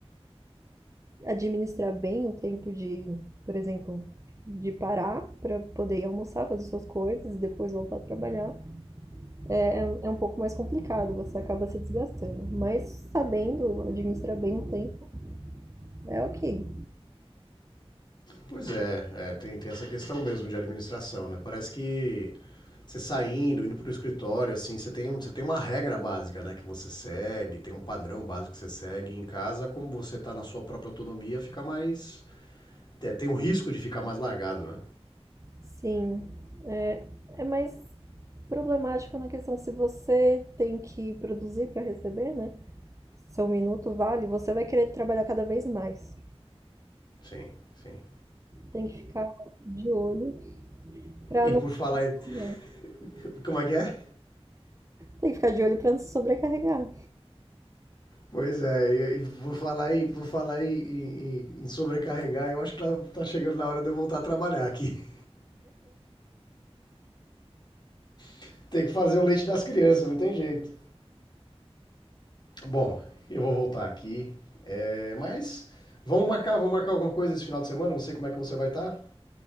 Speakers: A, on the right; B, on the left.
A: administrar bem o tempo de, por exemplo, de parar para poder ir almoçar, fazer suas coisas e depois voltar a trabalhar, é, é é um pouco mais complicado, você acaba se desgastando. Mas sabendo administrar bem o tempo, é ok.
B: Pois é, é, tem, tem essa questão mesmo de administração, né? Parece que você saindo, indo para o escritório, assim, você tem, um, você tem uma regra básica, né? Que você segue, tem um padrão básico que você segue. Em casa, como você está na sua própria autonomia, fica mais... Tem o risco de ficar mais largado, né?
A: Sim, é, é mais problemático na questão se você tem que produzir para receber, né? Se seu minuto vale, você vai querer trabalhar cada vez mais.
B: Sim, sim.
A: Tem que ficar de olho para
B: E
A: não
B: por
A: se
B: falar
A: sobrecarregar.
B: em... <laughs> Como é que é?
A: Tem que ficar de olho para não se sobrecarregar.
B: Pois é, e, e falar, em, vou falar em, em- em- em sobrecarregar, eu acho que tá, tá chegando na hora de eu voltar a trabalhar aqui. <laughs> Tem que fazer o leite das crianças, não tem jeito. Bom, eu vou voltar aqui. É, mas vamos marcar, vamos marcar alguma coisa esse final de semana. Não sei como é que você vai estar.